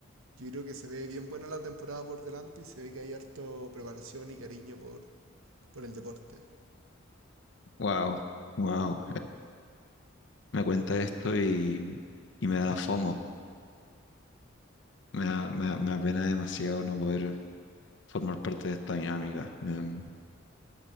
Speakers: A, on the right; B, on the left.
A: yo creo que se ve bien buena la temporada por delante y se ve que hay harto preparación y cariño por, por el deporte.
B: Wow, wow. me cuenta esto y, y me da FOMO. Me da, me da- me da pena demasiado no poder formar parte de esta dinámica. Em,